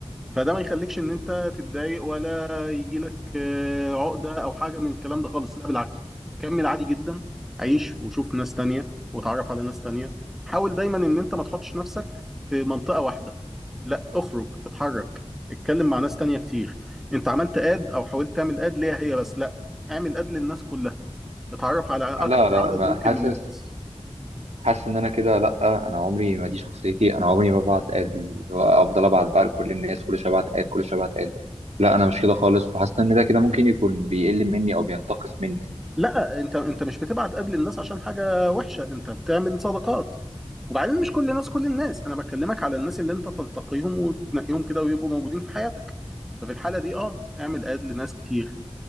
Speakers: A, in the centre; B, on the right.
A: فده ما يخليكش ان انت تتضايق ولا يجي لك آه، عقدة او حاجة من الكلام ده خالص لا بالعكس كمل عادي جدا عيش وشوف ناس تانية وتعرف على ناس تانية حاول دايما ان انت ما تحطش نفسك في منطقة واحدة لا اخرج اتحرك اتكلم مع ناس تانية كتير انت عملت اد او حاولت تعمل اد ليها هي بس لا اعمل اد للناس كلها اتعرف على اكتر
B: لا لا
A: عدد
B: ما
A: ممكن
B: حاسس
A: من الناس
B: حاسس ان انا كده لا انا عمري ما دي شخصيتي انا عمري ما ببعت اد اللي هو افضل ابعت بقى لكل الناس كل شويه ابعت اد كل شويه ابعت اد لا انا مش كده خالص وحاسس ان ده كده ممكن يكون بيقل مني او بينتقص مني
A: لا انت انت مش بتبعت اد للناس عشان حاجة وحشة انت بتعمل صداقات وبعدين مش كل الناس كل الناس انا بكلمك على الناس اللي انت تنتقيهم وتنقيهم كده ويبقوا موجودين في حياتك ففي الحاله دي اه اعمل اد لناس كتير